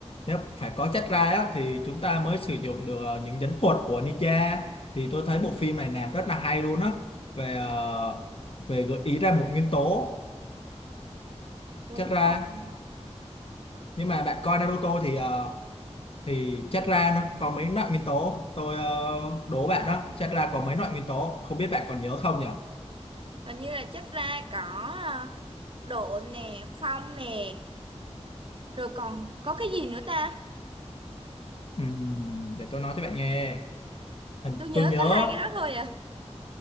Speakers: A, on the left; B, on the right.
A: nếu phải có chất ra á, thì chúng ta mới sử dụng được ờ, những nhẫn thuật của ninja thì tôi thấy bộ phim này làm rất là hay luôn á về ờ, về gợi ý ra một nguyên tố
B: đúng
A: chất
B: rồi
A: ra nhưng mà bạn coi Naruto thì ờ, thì chất ra nó có mấy loại nguyên tố tôi ờ, đố bạn đó chất ra có mấy loại nguyên tố không biết bạn còn nhớ không nhỉ
B: Hình như là chất ra có à, độ nè, phong nè, rồi còn có cái gì nữa ta?
A: Ừm, để tôi nói cho bạn nghe hình,
B: Tôi nhớ
A: tôi nhớ
B: có hai cái đó thôi à.